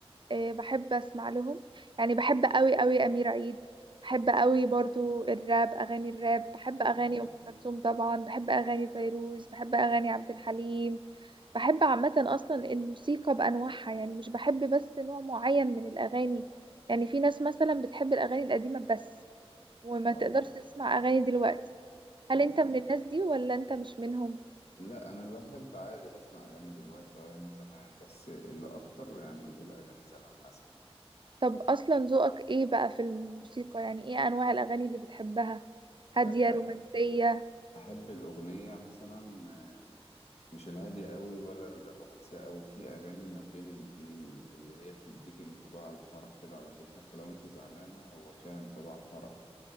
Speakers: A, on the right; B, on the left.
A: آه، بحب اسمع لهم يعني بحب قوي قوي امير عيد بحب قوي برضو الراب اغاني الراب بحب اغاني
B: مم.
A: ام كلثوم طبعا بحب اغاني فيروز بحب اغاني عبد الحليم بحب عامه اصلا الموسيقى بانواعها يعني مش بحب بس نوع معين من الاغاني يعني في ناس مثلا بتحب الاغاني القديمه بس وما
B: اه
A: تقدرش تسمع اغاني دلوقتي
B: طب
A: هل انت من الناس دي ولا انت مش منهم
B: لا انا بحب عادي بسمع اغاني دلوقتي واغاني زمان بس اللي اكتر يعني نقول اغاني زمان مثلا
A: طب اصلا ذوقك ايه بقى في الموسيقى يعني ايه انواع الاغاني اللي بتحبها هادية
B: أه-
A: رومانسية
B: احب الاغنيه مثلا آه، مش الهاديه قوي ولا الرومانسيه قوي في اغاني ما بين الاتنين اللي هي بتديك انطباع الفرح كده على طول حتى لو انت زعلانه هو فيها انطباع فرح